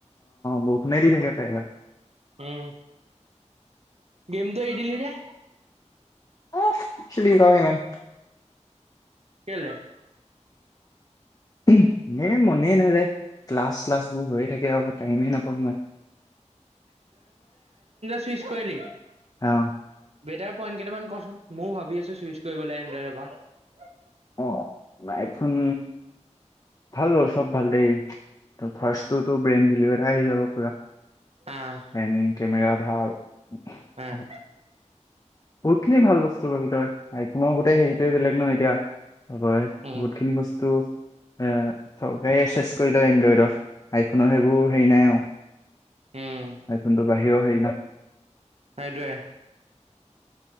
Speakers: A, on the left (about 30°); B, on the right (about 55°).
A: বৰষুণে দি থাকে প্ৰায়ভাগ
B: উম গেমটো এৰি দিলি যে
A: অ চুলি় গ ইমান
B: কেলে
A: উহু এ মনে নাজাই ক্লাছ শ্লাছ বোৰ হৈয়ে থাকে আও টাইমেই নাপাওঁ মই
B: চুইছ কৰিলি?
A: আহ
B: বেটাৰ পইণ্ট কেইটামান কচোন, ময়ো ভাবি আছো চুইচ কৰিবলৈ এনডইডৰ পৰা
A: অ নাইথোন ভাল বাও, চব ভাল দেই। ত ফাৰ্ষ্টটো টো ব্ৰেইন ভেল এ আহি যাব। পুৰা
B: আহ
A: এন কেমেৰা, ভাল। হ <unintelligible>
B: আহ
A: বহুত খিনি ভাল বস্তু পাবি তই। আইফোনৰ গোটেই হেৰিটোৱে বেলেগ ন এতিয়া। হয় হয়
B: উম
A: বহুত খিনি বস্তু, এ চৰকাৰে এচ এছ কৰি লয় এনড্ৰইডৰ। আইফোনৰ সেইবোৰ হেৰি নাই আও
B: উম
A: আইফোনটো বাহিৰৰেও সেই ন <inaudible>
B: সেইটোৱে